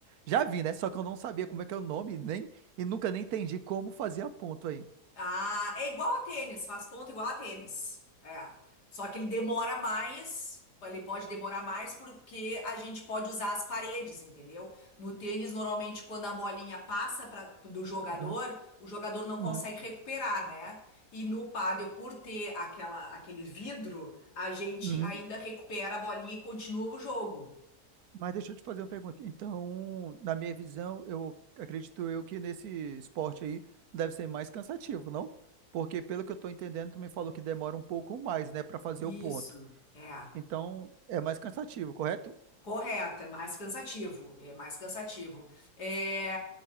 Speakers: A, on the right; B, on the left.
A: já vi, né? Só que eu não sabia como é que é o nome, nem, e nunca nem entendi como fazer a ponto aí.
B: Ah, é igual a tênis, faz ponto igual a tênis. É. Só que ele demora mais, ele pode demorar mais porque a gente pode usar as paredes, entendeu? No tênis, normalmente, quando a bolinha passa pra, do jogador,
A: Uhum,
B: o jogador não consegue
A: uhum,
B: recuperar, né? E no pádel, por ter aquela, aquele vidro, a gente
A: uhum.
B: ainda recupera a bolinha e continua o jogo.
A: Mas deixa eu te fazer uma pergunta. Então, na minha visão, eu acredito eu que nesse esporte aí deve ser mais cansativo, não? Porque pelo que eu tô entendendo, tu me falou que demora um pouco mais, né, para fazer
B: Isso.
A: o ponto.
B: É.
A: Então, é mais cansativo, correto?
B: Correto, é mais cansativo, é mais cansativo. É,